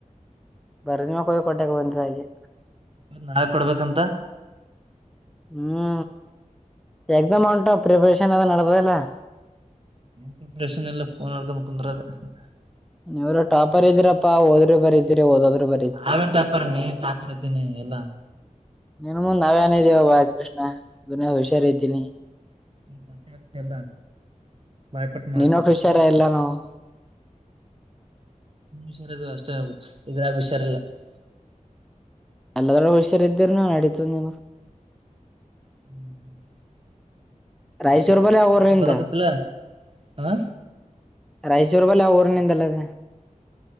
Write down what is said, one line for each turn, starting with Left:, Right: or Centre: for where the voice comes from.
Centre: ಬರನ್ಯಾಕೊ ಕೊಟ್ಟಕ್ಕೆ ಬಂದ ಹಾಗೆ. <unintelligible>
Right: ನಾ ಏಕ್ ಕೊಡ್ಬೇಕಂತ. <unintelligible>
Centre: ಹೂ ಎಕ್ಸಾಮ್ ಹೊಂಟವಾ ಪ್ರಿಪರೇಷನ್ ಅದ ನಡದಲ್ಲ. <unintelligible>
Right: ಪ್ರಿಪರೇಷನ್ ಇಲ್ಲ ಫೋನ್ ನೋಡ್ಕೊಂಡು ಕುಂದರೋದ. <unintelligible>
Centre: ನೀವರ ಟೋಪರ್ ಇದೀರಪ್ಪಾ ಓದಿದ್ದರು ಬರೀತಿರಿ ಓದ ಆದರು ಬರಿ <unintelligible>
Right: ನಾವ ಏನ್ ಟಾಪರ್ ನೀನ್ ಟಾಪರ್ ಇದ್ದೀನಿ ಎಲ್ಲಾ.
Centre: ನಿನ್ ಮುಂದ್ ನಾವೇ ಏನ ಇದೀವ ಬಾ ಕೃಷ್ಣ ಗುನೇ ಹುಷಾರ ಇದ್ದೀನಿ. <unintelligible>
Right: ತಟ್ಟೆ ಹಾಕತ್ತಿ ಇಲ್ಲ ಬಾಯಪಟ್ಟ ಮಾಡತ್ತಿನಿ.
Centre: ನೀನೊಟ್
Right: <unintelligible>
Centre: ಹುಷಾರ ಇಲ್ಲ ನಾವು
Right: ಹುಷಾರದು ಅಷ್ಟೇ ಅವ ಇದ್ರಾಗ ಹುಷಾರಲ್ಲ. <unintelligible>
Centre: ಅಲ್ಲದರ ಹುಷಾರ್ ಇದಿರನಾ ನಡಿತದ ನಿಮ್ದ. <unintelligible>
Right: ಹು. <unintelligible>
Centre: ರಾಯಚೂರು ಬಲೆ ಅವರಿಂದ.
Right: ನೀನ್ ಓದಕತ್ತಿಲ್ಲ
Centre: <unintelligible>
Right: ಹಾ
Centre: ರಾಯಚೂರು ಬಲೇ ಊರಿನಿಂದ ಅಲ್ಲ ಅದ. <unintelligible>